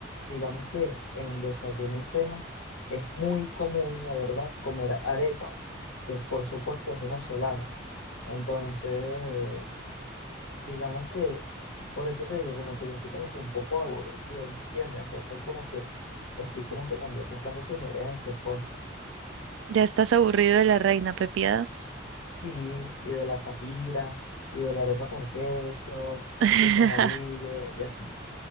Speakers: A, on the left; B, on the right.
A: digamos que en desayuno y cena es muy común, la verdad, comer arepas, que es, por supuesto es venezolana. Entonces, digamos que, por eso te digo, como que yo estoy como que un poco aburrido, ¿me entiendes? Entonces, como que estoy como que también buscando sugerencias, pues.
B: ¿Ya estás aburrido de la reina pepiada?
A: Sí, y de la comida, y de la arepa con queso,
B: <laughs>
A: queso amarillo, y así.